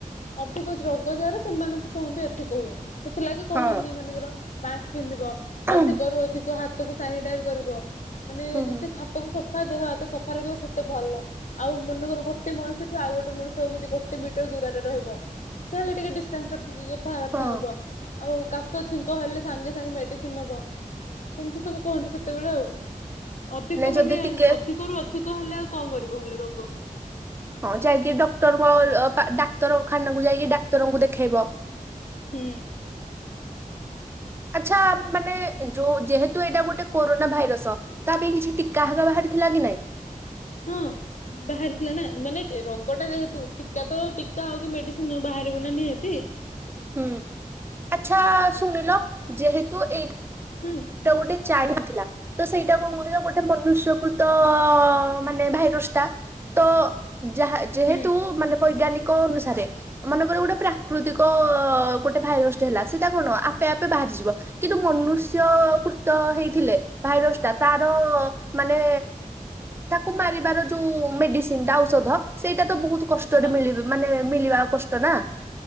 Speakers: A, on the left; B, on the right.
A: ଅଧିକ ରୋଗ ଯାହାର ସେମାନଙ୍କୁ କୁହନ୍ତି ଅଧିକ ହୁଏ ସେଥିଲାଗି କହୁଛନ୍ତି
B: ହଁ
A: ଏମାନଙ୍କର ମାସ୍କ ପିନ୍ଧିବ
B: ହୁଁ
A: ଅଧିକରୁୁ ଅଧିକ ହାତକୁ ସାନିଟାଇଜ କରିବ ମାନେ ଯେତେ
B: ହୁଁ
A: ସଫ ତୁ ସଫା ଦେହ ହାତ ସଫା ରଖିବ ସେତେ ଭଲ। ଆଉ ମନେକର ଗୋଟେ ମଣିଷ ଠୁ ଆଉ ଗୋଟେ ମଣିଷ ଏମିତି ଗୋଟେ ମିଟର ଦୂରରେ ରହିବ। ତାହେଲେ ଟିକେ ଡିଷ୍ଟାନ୍ସ ରଖିକି କଥାବାର୍ତ୍ତା
B: ହଁ
A: ହବ। ଆଉ କାଶ ଛିଙ୍କ ହେଲେ ସାଙ୍ଗେ ସାଙ୍ଗେ ମେଡିସିନ ନବା। ଏମିତି ସବୁ କୁହନ୍ତି ସେତେବେଳେ ଆଉ। ଅଧିକ ମାନେ
B: ଯଦି ଟିକେ
A: ଅଧିକରୁୁ ଅଧିକ ହେଲେ ଆଉ କଣ କରିବ ହେଲେ ରୋଗ।
B: ହଁ ଯାଇକି ଡକ୍ଟରଙ୍କ ଡାକ୍ତରଖାନାକୁ ଯାଇକି ଡାକ୍ତରଙ୍କୁ ଦେଖେଇବ।
A: ହୁଁ।
B: <unintelligible> ଆଚ୍ଛା ମାନେ ଯୋଉ ଯେହେତୁ ଏଇଟା ଗୋଟେ କୋରୋନା ଭାଇରସ। ତା ପାଇଁ କିଛି ଟିକା‌ ହେକା ବାହାରି ଥିଲା କି ନାଇଁ? <inaudible>
A: ହଁ
B: <unintelligible>
A: ବାହାରିଥିଲା ନା ମାନେ ରୋଗଟା ଯେହେତୁ ଟୀକା ତ ଟୀକା ହୋଉ କି ମେଡିସିନ ବାହାରିବ ନା ନିହାତି।
B: ହୁଁ ଆଚ୍ଛା ଶୁଣିଲ ଯେହେତୁ ଏଇ
A: ହୁଁ।
B: <unintelligible> ଗୋଟେ ଚାହିଁନଥିଲା। ତ ସେଇଟା କଣ କହିଲ ଗୋଟେ ମନୁଷ୍ୟକୃତ ମାନେ ଭାଇରସ ଟା। ତ ଯାହା ଯେହେତୁ
A: ହୁଁ
B: ମାନେ ବୈଜ୍ଞାନିକ ଅନୁସାରେ। ମନେକର ଗୋଟେ ପ୍ରାକୃତିକ ଗୋଟେ ଭାଇରଗଷ୍ଟ ହେଲା ସେଟା କଣ ଆପେ ଆପେ ବାହାରିଯିବ। କିନ୍ତୁ ମନୁ ସ୍ୟ କୃତ ହେଇଥିଲେ ଭାଇରସ ଟା ତାର ମାନେ ତାକୁ ମାରିବାର ଯୋଉ ମେଡିସିନ ଟା ଔଷଧ ସେଇଟା ତ ବହୁତ କଷ୍ଟ।।,
A: ହଁ
B: <unintelligible> ମାନେ ମିଳିବା କଷ୍ଟ ନା।